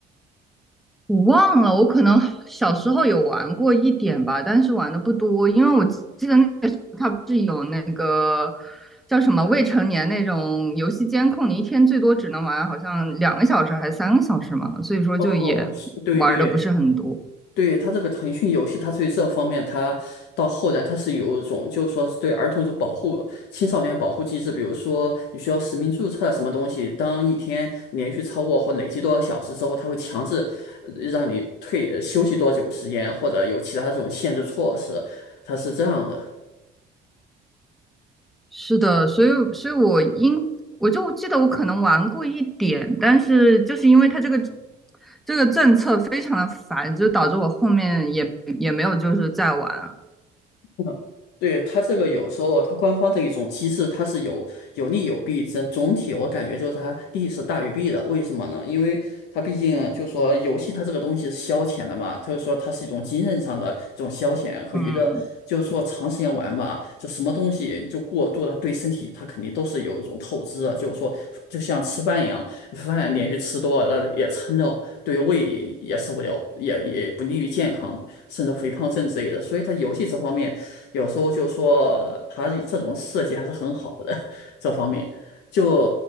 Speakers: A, in the centre; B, on the left.
A: 我忘了，我可能小时候有玩过一点吧，但是玩的不多，因为我记得那个时候它不是有那个叫什么未成年那种游戏监控，你一天最多只能玩好像两个小时还是三个小时嘛，所以说就也玩的不是很多。
B: 哦，是，对对对，它这个腾讯游戏，它对这方面，它到后来它是有一种，就是说是对儿童一种保护、青少年保护机制，比如说你需要实名注册啊什么东西，当一天连续超过或累计多少小时之后，它会强制呃让你退呃休息多久时间，或者有其他这种限制措施，它是这样的。
A: 是的，所以所以我应我就记得我可能玩过一点，但是就是因为它这个这个政策非常的烦，就导致我后面也也没有就是再玩
B: 嗯对，它这个有时候它官方的一种机制，它是有有利有弊。整总体我感觉就是它利是大于弊的。为什么呢？因为它毕竟就说游戏它这个东西是消遣的嘛，它就说它是一种精神上的这种消遣和娱乐。
A: 嗯
B: 就是说长时间玩吧，就什么东西就过度了，对身体它肯定都是有一种透支的。就是说，就像吃饭一样，饭连续吃多了也撑着，对胃也受不了，也也不利于健康，甚至肥胖症之类的。所以它游戏这方面。有时候就说它这种设计还是很好的，这方面。就